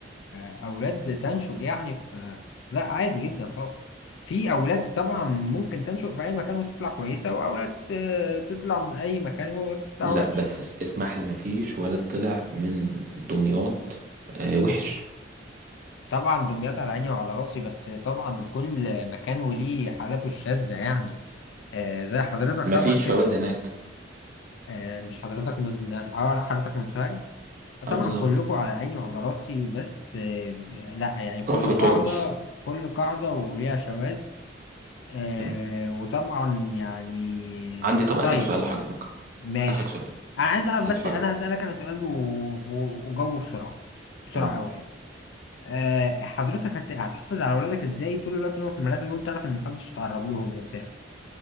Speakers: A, on the left (about 70°); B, on the right (about 45°).
A: الاولاد تنشب يعني في لا عادي جدا طبعا في اولاد طبعا ممكن تنشب في اي مكان وتطلع كويسه واولاد آه، تطلع من اي مكان وتطلع
B: لا
A: وحش
B: بس اس- اسمح لي ما فيش ولا طلع من دمياط آه وحش
A: طبعا دمياط على عيني وعلى راسي بس طبعا كل مكان وليه حالاته الشاذه يعني آه، زي حضرتك
B: مفيش
A: طبعا كده
B: فوائد هناك
A: آه، مش حضرتك من آه، حضرتك من سوهاج
B: اه
A: طبعا
B: بالظبط
A: كلكم على عيني وعلى راسي بس آه، لا يعني كل
B: كفر
A: قاعدة
B: ترمس
A: كل قاعدة وليها شواذ آه،
B: تمام
A: وطبعا يعني
B: عندي طب اخر
A: طيب
B: سؤال لحضرتك
A: طيب ماشي
B: اخر سؤال
A: انا عايز اعرف
B: هل
A: بس
B: حضرتك
A: انا هسألك انا سؤال و- و- وجاوبه بسرعة بسرعة
B: تمام
A: قوي يعني آه، حضرتك هت- هتحافظ على اولادك ازاي طول الوقت وهم في المدرسة دول تعرف ان محدش يتعرض لهم وبتاع